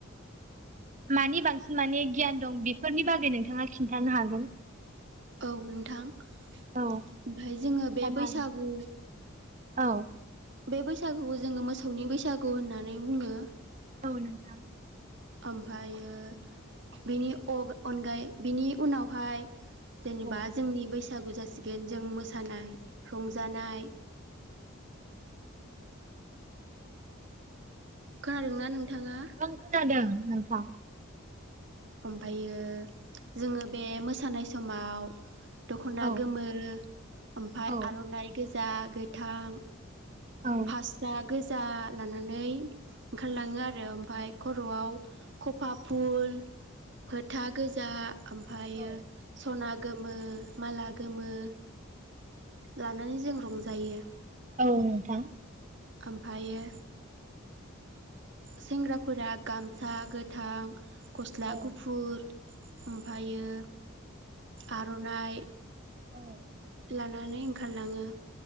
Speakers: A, on the right; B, on the right.
A: मानि बांसिन माने गियान दं बेफोरनि बागै नोंथाङा खिन्थानो हागोन
B: औ नोंथां ओमफ्राय
A: औ
B: जोङो
A: खोन्थानो
B: बे बैसागु
A: हागोन औ
B: बे बैसागुखौ जोङो मोसौनि बैसागु होननानै बुङो
A: औ नोंथां
B: ओमफ्रायो बिनि अनगायै बिनि उनावहाय जेनेबा
A: औ
B: जोंनि बैसागु जासिगोन जों मोसानाय रंजानाय खोनादों ना नोंथाङा
A: औ खोनादों नोंथां
B: ओमफ्रायो जोङो बे मोसानाय समाव दख'ना
A: औ
B: गोमो ओमफ्राय
A: औ
B: आर'नाइ गोजा गोथां
A: औ
B: फास्रा गोजा लानानै ओंखारलाङो आरो ओमफफ्राय खर'आव खफा फुल फोथा गोजा ओमफ्रायो
A: औ
B: सना गोमो माला गोमो लानानै जों रंजायो
A: औ नोंथां
B: ओमफ्रायो सेंग्राफोरा गामसा गोथां गस्ला
A: औ
B: गुफुर ओमफ्रायो आर'नाइ
A: औ
B: लानानै ओंखारलाङो